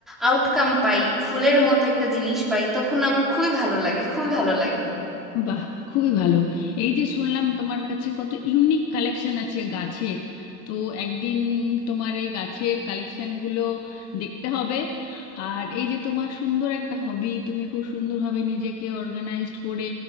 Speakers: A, in the centre; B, on the left.
A: আউটকাম পাই ফুলের মতো একটা জিনিস পাই তখন আমার খুবই ভালো লাগে খুবই ভালো লাগে
B: বাহ খুবই ভালো এই যে শুনলাম তোমার কাছে কত ইউনিক কালেকশন আছে গাছের তো একদিন তোমার এই গাছের কালেকশনগুলো দেখতে হবে আর এই যে তোমার সুন্দর একটা হবি তুমি খুব সুন্দরভাবে নিজেকে অর্গানাইজড করে